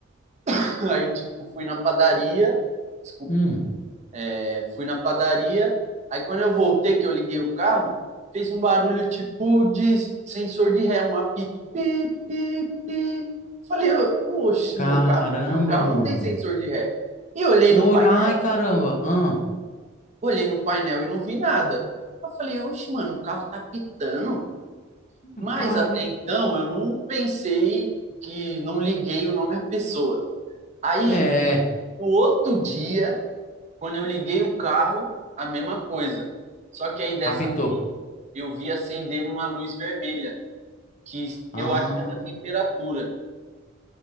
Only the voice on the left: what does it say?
Hum.
Caramba,
mano.
Hoje,
ai, caramba. Ah,
Hum,
cara.
É,
apitou.
Ah,